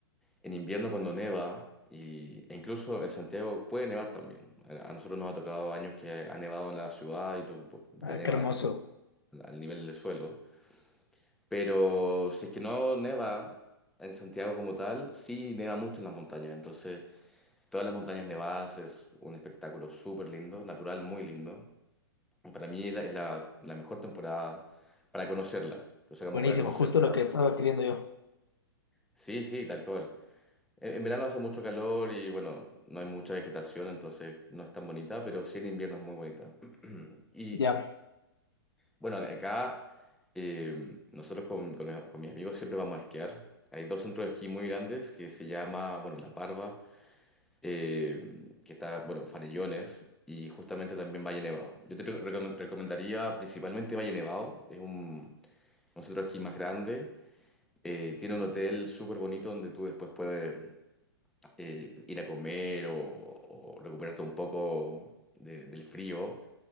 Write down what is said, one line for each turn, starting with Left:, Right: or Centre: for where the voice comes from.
Centre: en invierno cuando neva, y, e incluso en Santiago puede nevar también. A, a nosotros nos ha tocado años que ha nevado en la ciudad y tú,
Left: Ah,
Centre: te neva
Left: qué hermoso.
Centre: al nivel del suelo. Pero si es que no neva en Santiago como tal, sí neva mucho en las montañas. Entonces... Todas las montañas nevadas es un espectáculo súper lindo, natural, muy lindo. Para mí es la, es la- la mejor temporada para conocerla. O sea, como
Left: Buenísimo,
Centre: para conocerla.
Left: justo lo que estaba queriendo yo.
Centre: Sí, sí, tal cual. En, en verano hace mucho calor y bueno, no hay mucha vegetación, entonces no es tan bonita, pero sí en invierno es muy bonita. <clears throat> Y
Left: Ya.
Centre: bueno, ac- acá eh, nosotros con, con- con mis amigos siempre vamos a esquiar. Hay dos centros de esquí muy grandes que se llama, bueno, La Parva eh, que está, bueno, Farellones y justamente también Valle Nevado. Yo te re- recome- recomendaría principalmente Valle Nevado, es un, un centro de esquí más grande, eh, tiene un hotel súper bonito donde tú después puedes eh, ir a comer o, o recuperarte un poco de- del frío,